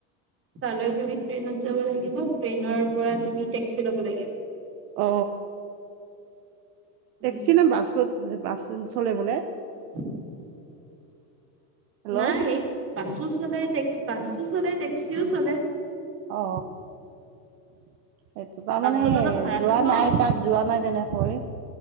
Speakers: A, on the right; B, on the right.
A: তালৈ তুমি ট্ৰেইনত যাব লাগিব ট্ৰেইনৰ পৰা তুমি টেক্সি লব লাগিব
B: অ টেক্সি
A: উম,
B: নে বাছত বাছ চলে বোলে
A: <inaudible>
B: হেল্ল'
A: নাই বাছো চলে্ বাছো চলে টেক্সিও চলে
B: অ এইটো তাৰমানে
A: বাছত অলপ ভাড়াটো
B: যোৱা
A: কম
B: নাই তাত যোৱা নাই তেনেকৈ